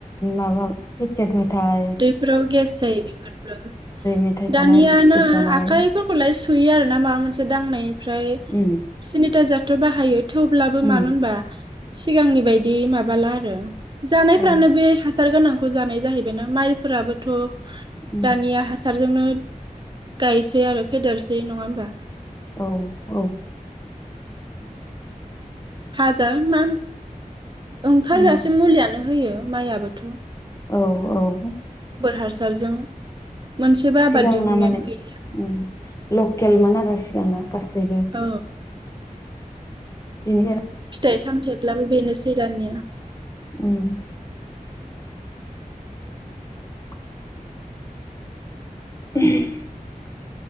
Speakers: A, on the left; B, on the right.
A: माबा पेकेट आरो
B: फोराव गेस जायो बेफोरबो
A: मेथाइ
B: दानिया
A: जानाय बिस्कुट
B: ना
A: जानाय
B: आखाइफोरखौलाय सुयो आरोना माबा मोनसे दांनायनिफ्राय
A: उम
B: जाथ' बाहायो थेवब्लाबो
A: उम
B: मानो होनबा सिगांनि बायदि माबाला आरो जानायफ्रानो
A: औ
B: बे हासार गोनांखौ जानाय जाहै माइफोराबोथ'
A: उम
B: दानिया हासार जोंनो गायसै आरो फेदेरसै नङा होमबा
A: औ औ
B: हाजार मा ओंखारजासे
A: उम
B: मुलियानो होयो। माइ आबोथ'
A: औ औ
B: हासारजों मोनसेबो आबाद
A: सिगांना
B: दिहुननायानो
A: माने
B: गैलिया
A: ओम लकेलमोन आरो सिगांना गासैबो
B: औ
A: बिनि
B: फिथाइ सामथायाइब्लाबो बेनोसै दानिया
A: उम <inaudible> <inaudible>